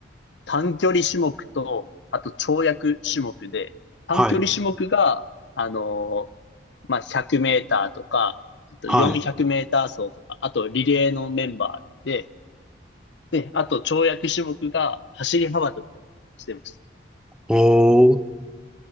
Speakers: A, on the left (about 75°); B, in the centre.
A: 短距離種目と、あと跳躍種目で、短距離種目が、
B: はい。
A: あのーまあ、100メーターとか、あと400メーター走とか、
B: はい。
A: あとリレーのメンバーで、で、あと跳躍種目が走り幅跳びとかしてまし
B: おー。